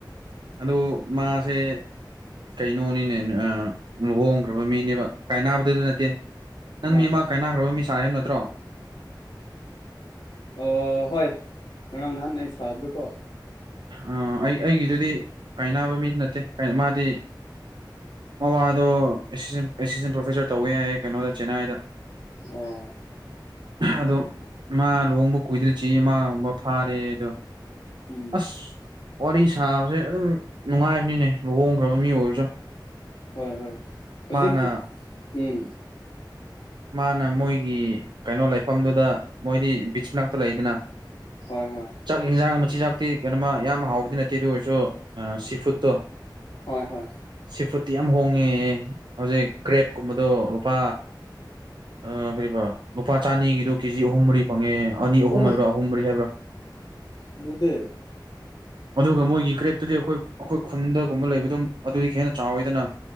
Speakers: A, on the right (about 70°); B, on the left (about 75°).
A: ꯑꯗꯨ ꯃꯥꯁꯦ ꯀꯩꯅꯣꯅꯤꯅꯦ ꯂꯨꯍꯣꯡꯈ꯭ꯔꯕ ꯃꯤꯅꯦꯕ ꯀꯥꯏꯅꯕꯗꯨꯗꯨ ꯅꯠꯇꯦ ꯅꯪ
B: ꯍꯣꯏ
A: ꯃꯤ ꯑꯃ
B: ꯍꯣꯏ
A: ꯀꯥꯏꯅꯈ꯭ꯔꯕ ꯃꯤꯁ ꯍꯥꯏꯕ ꯅꯠꯇ꯭ꯔꯣ
B: ꯑꯣ ꯍꯣꯏ ꯉꯔꯥꯡ ꯅꯍꯥꯟ ꯑꯩ ꯁꯥꯕꯗꯀꯣ
A: ꯑ ꯑꯩ ꯑꯩꯒꯤꯗꯨꯗꯤ ꯀꯥꯏꯅꯕ ꯃꯤ ꯅꯠꯇꯦ ꯃꯥꯗꯤ ꯃꯃꯥꯗꯣꯁꯤꯁ ꯑꯦꯁꯤꯁꯇꯦꯟ ꯄ꯭ꯔꯣꯐꯦꯁꯔ ꯇꯧꯕꯋ ꯌꯥꯏꯌꯦ ꯀꯩꯅꯣꯗ ꯆꯦꯟꯅꯥꯏꯗ
B: ꯑ
A: ꯑꯗꯣ ꯃꯥꯥ ꯂꯨꯍꯣꯡꯕ ꯀꯨꯏꯗ꯭ꯔꯤ ꯆ ꯏꯃꯥꯒꯨꯝꯕ ꯐꯥꯔꯦ ꯑꯗꯣ
B: ꯎꯝ
A: ꯑꯁ ꯋꯥꯔꯤ ꯁꯥꯕꯁꯦ ꯑꯗꯨꯝ ꯅꯨꯡꯉꯥꯏꯕꯅꯤꯅꯦ ꯂꯨꯍꯣꯡꯈ꯭ꯔꯕ ꯃꯤ ꯑꯣꯏꯔꯁꯨ
B: ꯍꯣꯏ ꯍꯣꯏ ꯍꯧꯖꯤꯛꯇꯤ
A: ꯃꯥꯅ
B: ꯎꯝ
A: ꯃꯥꯅ ꯃꯣꯏꯒꯤ ꯀꯩꯅꯣ ꯂꯩꯐꯝꯗꯨꯗ ꯃꯣꯏꯗꯤ ꯕꯤꯆ ꯃꯅꯥꯛꯇ ꯂꯩꯗꯅ
B: ꯍꯣꯏ ꯍꯣꯏ
A: ꯆꯠꯀꯖꯥꯡ ꯆꯤꯟꯖꯥꯛꯇꯤ ꯀꯩꯅꯣꯃ ꯌꯥꯝ ꯍꯥꯎꯕꯗꯤ ꯅꯠꯇꯦ ꯑꯗꯨ ꯑꯣꯏꯔꯁꯨ ꯁꯤ ꯐꯨꯗꯠꯇꯣ
B: ꯍꯣꯏ ꯍꯣꯏ
A: ꯆꯤꯐꯨꯠꯇꯤ ꯌꯥꯝ ꯍꯣꯡꯉꯦ ꯍꯧꯖꯤꯛ ꯀ꯭ꯔꯦꯞꯀꯨꯝꯕꯗꯣ ꯂꯨꯄꯥ ꯑ ꯀꯔꯤꯕ ꯂꯨꯄꯥ ꯆꯅꯤꯒꯤꯗꯣ ꯀꯦꯖꯤ ꯑꯍꯨꯝ ꯃꯔꯤ ꯐꯪꯉꯦ ꯑꯅꯤ ꯑꯍꯨꯝ
B: ꯑꯣ
A: ꯍꯥꯏꯕ꯭ꯔꯥ ꯑꯍꯨꯝ ꯃꯔꯤ ꯍꯥꯏꯕ꯭ꯔꯥ
B: ꯑꯗꯨꯗꯤ
A: ꯑꯗꯨꯒ ꯃꯣꯏꯒꯤ ꯀ꯭ꯔꯦꯞꯇꯨꯗꯤ ꯑꯩꯈꯣꯏ ꯑꯩꯈꯣꯏ ꯈꯨꯟꯗꯒꯨꯝꯕ ꯂꯩꯕꯗꯨꯝ ꯑꯗꯨꯗꯤ ꯍꯦꯟꯅ ꯆꯥꯎꯋꯤꯗꯅ